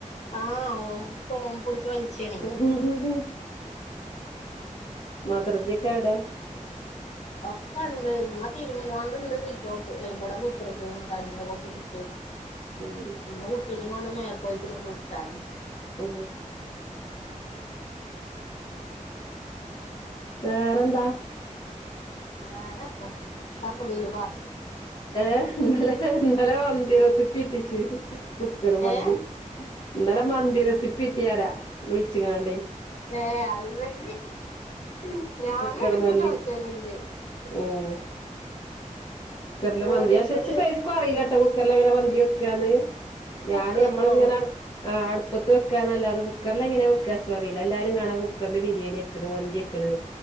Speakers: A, on the left; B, on the left.
A: ആഹ് ഓം ഫോം പുട്ച്ച് വൽച്ചാണേ
B: <unintelligible> മദർജിക്കെ എടെ?
A: ഒക്കെണ്ട്. ഉമ്മ തിര്മികാണ്ട്ണ്ട് സിറ്റോട്ട് അല ഇബടെ കുത്ത്ർക്ക്ണ്. കഞ്ഞി ഒക്കെ കുട്ച്ച്.
B: ഉം
A: മ്മു ഉട്ടിനിം കൊണ്ട് മേലെക്കൊയ്ക്ക്ണ് കുൾച്ചാന്
B: ഉ വേറെന്ത
A: വേറെന്താ ത്ത <unintelligible> മറിയ
B: ഏ ഇന്ത ലെ ഇ ന്നലെ മന്തി റെസിപ്പി ഇട്ടിച്ച് കുക്കർ മന്തി.
A: ഏഹ്
B: ഇന്നലെ മന്തി രസിപ്പിട്ടീയറ. വിൾച്ച് ക്കാണ്ടെ
A: ഏ, അത് <unintelligible> ഞാന്
B: കുക്കർ
A: എടക്ക്
B: മന്തി
A: ചോയിച്ചല്ണ്ട്
B: ഉം കുക്കർല് മന്തിയ.
A: ഓരോരുത്തര്
B: ക്ഷെ ച്ച് സര്ക്കും അറീലട്ടൊ കുക്കറ്ല് എങ്ങനെ മന്തി വെക്കാന്ന് ഞാന്
A: കുക്കറിലോ
B: മ്മള്ങ്ങനെ അട് ആഹ്, അട്പ്പത്ത് വെക്കാന്ന ല്ലാതെ കുക്കർല് എങ്ങനെവെക്ക ച്ചു അറീല്ല. എല്ലാരും കാണ കുക്കർല് ബിരിയേനി എക്ക്ണ് മന്തി എ ക്ക്ണ്.